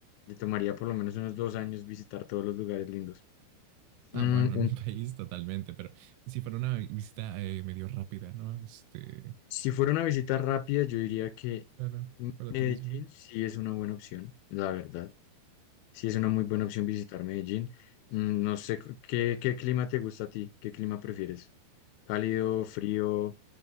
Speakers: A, on the left; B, on the right.
A: le tomaría por lo menos unos dos años visitar todos los lugares lindos.
B: Ah,
A: Mm,
B: bueno, en un <laughs> país totalmente, pero si fuera una visita eh, medio rápida, ¿no? Este,
A: Si fuera una visita rápida, yo diría que
B: claro, para
A: Medellín
B: turismo.
A: sí es una buena opción, la verdad. Sí es una muy buena opción visitar Medellín. Mm, No sé cu- qué, qué clima te gusta a ti, qué clima prefieres. Cálido, frío,